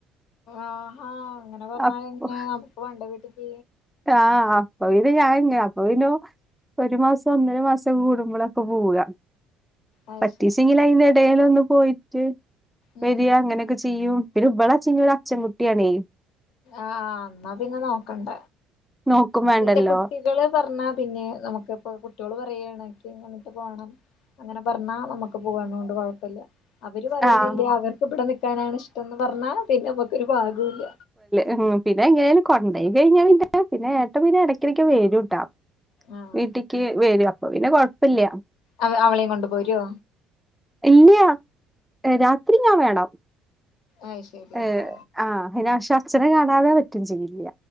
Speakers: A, on the left (about 70°); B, in the centre.
A: ആഹാ അങ്ങനെ പറഞ്ഞാല്
B: അപ്പൊ
A: പിന്നെ നമുക്ക് പണ്ട വീട്ടിക്ക്
B: ആഹ് അപ്പൊ പിന്നെ ഞാൻ അപ്പൊ പിന്നൊ ഒരു മാസം ഒന്നര മാസൊക്കെ കൂടുമ്പളൊക്കെ പോവ
A: അത്
B: പറ്റീച്ചെങ്കില്
A: ശരി
B: അയിന്റെ എടേലൊന്ന് പോയിറ്റ്
A: ഉം
B: വരാ അങ്ങനെക്കെ ചെയ്യും പിന്നെ ഇബളാച്ചെങ്കി ഒരു അച്ചൻ കുട്ടിയാണെ
A: ആഹ് ഇന്നാ പിന്നെ നോക്കണ്ട
B: നോക്കും
A: എന്താച്ചാ
B: വേണ്ടല്ലോ
A: കുട്ടികള് പറഞ്ഞാ പിന്നെ നമുക്ക്പ്പൊ കുട്ടികള് പറയാണ് ഇനിക്ക് അങ്ങട്ട് പോണം അങ്ങനെ പറഞ്ഞാ നമുക്ക് പോണോണ്ട് കൊഴപ്പല്ല. അവര് പറയണില്ല്യ
B: ആഹ്
A: അവർക്ക് ഇബടെ നിക്കാനാണ് ഇഷ്ടംന്ന് പറഞ്ഞാൽ പിന്നെ അമ്മക്കൊരു പാഗൂല്ല
B: ഉം പിന്നെ എങ്ങനേലും കൊണ്ടോയി കഴിഞ്ഞാ പിന്നെ പിന്നെ ഏട്ടൻ പിന്നെ എടക്കിടക്ക് വെരുട്ടോ
A: ആഹ്
B: വീട്ടിക്ക് വരും അപ്പൊ പിന്നെ കൊഴപ്പില്യ.
A: അവ അവളെയും കൊണ്ട് പോരോ?
B: ഇല്ല്യ രാത്രി ഞാൻ വേണം
A: അയ് ശരി
B: ഏഹ്
A: ആഹ്
B: ആഹ് പിന്നെ പക്ഷെ അച്ഛനെ കാണാതെ പറ്റും ചെയ്യില്ല.